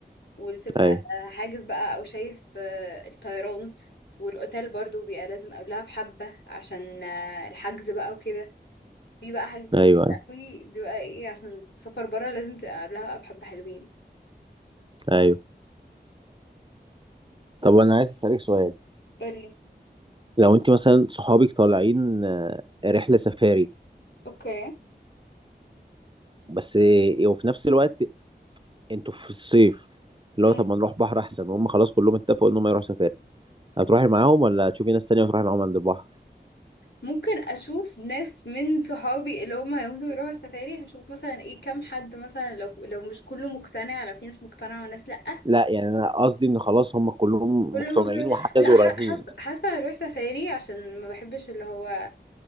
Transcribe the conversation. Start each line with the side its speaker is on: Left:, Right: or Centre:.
Left: وتبقى
Right: ايوه
Left: حاجز بقى او شايف آه، الطيران والاوتيل برضو بيبقى لازم قبلها بحبة عشان آه، الحجز بقى وكده في بقى حاجات
Right: ايوه
Left: كتير
Right: ايوه
Left: قوي دي بقى ايه عشان تسافر برا لازم تبقى قبلها بقى بحبة حلوين
Right: ايوه طب انا عايز اسالك سؤال
Left: قولي
Right: لو انت مثلا صحابك طالعين آه، رحله سفاري
Left: اوكي
Right: بس آه، وفي نفس الوقت انتوا في الصيف اللي
Left: مم.
Right: هو طب ما نروح بحر احسن هم خلاص كلهم اتفقوا ان هم يروحوا سفاري هتروحي معاهم ولا تشوفي ناس تانية وتروحي معاهم عند البحر
Left: ممكن اشوف ناس من صحابي اللي هم هيموتوا يروحوا السفاري هشوف مثلا ايه كام حد مثلا لو لو مش كله مقتنع لو في ناس مقتنعة وناس لأ
Right: لا يعني انا قصدي ان خلاص هم كلهم
Left: كله
Right: مقتنعين
Left: مصر
Right: وحجزوا
Left: لا
Right: ورايحين
Left: ح- حاسه حاسه هروح سفاري عشان ما بحبش اللي هو